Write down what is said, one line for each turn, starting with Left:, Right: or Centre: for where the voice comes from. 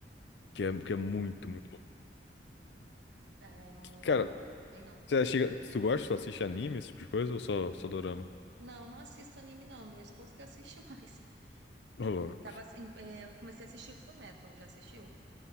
Left: Que é,
Right: Hum,
Left: que é muito, muito.
Right: é, não,
Left: que,
Right: não
Left: Cara,
Right: lembro bem, não.
Left: você chega. Tu gosta, tu assiste anime, esse tipo de coisa, ou só, só dorama?
Right: Não, não assisto anime, não. Meu esposo que assiste <laughs> mais.
Left: Ô, louco.
Right: Ele tava assim, é, eu comecei a assistir Full Metal, já assistiu?